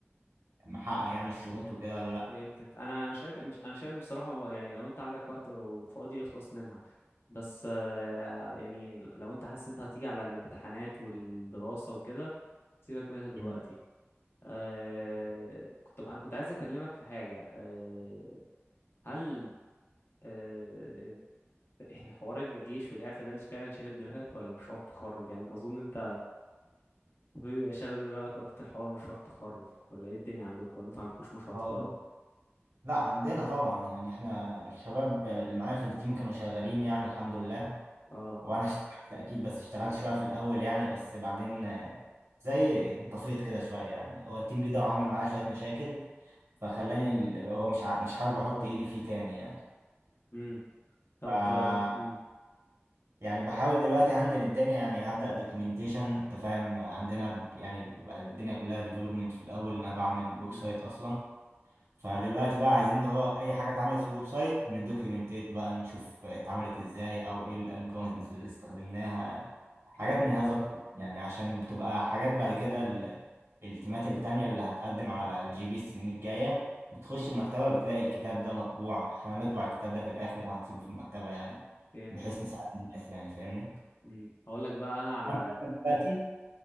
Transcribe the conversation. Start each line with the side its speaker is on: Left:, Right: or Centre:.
Right: محقق يعني الشروط وكده ولا لا
Left: فهمتك انا انا شايف انا شايف بصراحة يعني لو انت عندك وقت وفاضي اخلص منها بس آه، يعني لو انت حاسس انت هتيجي على الامتحانات والدراسة وكده سيبك منها دلوقتي
Right: مم.
Left: آه... طب انا كنت عايز اكلمك في حاجه آه... هل آه... حوار الجيش والاعفاء ده اللي فعلا شاغل دماغك ولا مشروع التخرج يعني اظن انت بيبقى شاغل دماغك اكتر حوار مشروع التخرج ولا ايه الدنيا عندك ولا انت ما عندكوش مشروع
Right: هو
Left: تخرج
Right: لا عندنا طبعا يعني احنا الشباب اللي معايا في التيم كانوا شغالين يعني الحمد لله
Left: اه
Right: وانا اشتغلت اكيد بس اشتغلت شويه في الاول يعني بس بعدين آه، زي انطفيت كده شويه يعني هو التيم ليدر عمل معايا شويه مشاكل فخلاني ال- هو مش ع- مش حابب احط ايدي فيه تاني يعني
Left: امم طب
Right: ف
Left: امم
Right: يعني بحاول دلوقتي هندل الدنيا يعني هبدا دوكيومنتيشن انت فاهم عندنا ب- يعني بيبقى الدنيا كلها ديفلوبمنت في الاول ان انا بعمل ويب
Left: امم
Right: سايت اصلا فدلوقتي بقى عايزين اللي هو اي حاجه اتعملت في الويب سايت ندوكيومنتات بقى نشوف اتعملت ازاي او ايه الالجوريزمز اللي استخدمناها حاجات
Left: اوكي
Right: من هذا القبيل يعني عشان بتبقى حاجات بعد كده ال- التيمات التانية اللي هتقدم على الجي بي السنين الجاية بتخش المكتبة بتلاقي الكتاب ده مطبوع احنا هنطبع الكتاب ده في الآخر وهنسيبه في المكتبة يعني
Left: فهمتك
Right: بحيث نساعد الناس يعني فاهمني؟
Left: امم هقول لك بقى انا على
Right: أنا دلوقتي